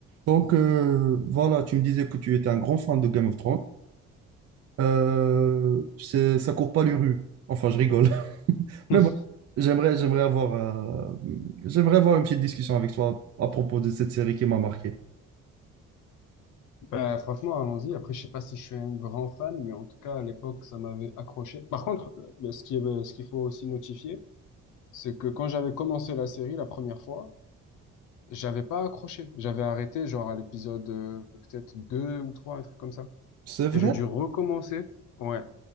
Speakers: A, on the right; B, on the left.
A: Donc euh, voilà, tu me disais que tu étais un grand fan de Game of Thrones. Euh, c'est, ça court pas les rues. Enfin, je rigole. <laughs>
B: <laughs>
A: Mais bon, j'aimerais, j'aimerais avoir, euh, j'aimerais avoir une petite discussion avec toi à propos de cette série qui m'a marqué.
B: Bah, franchement, allons-y. Après, je sais pas si je suis un grand fan, mais en tout cas, à l'époque, ça m'avait accroché. Par contre, le- le- ce qui est- euh, ce qu'il faut aussi notifier, c'est que quand j'avais commencé la série la première fois, j'avais pas accroché. J'avais arrêté, genre, à l'épisode euh, peut-être 2 ou 3 un truc comme ça.
A: C'est vrai.
B: Et j'ai dû recommencer. Ouais.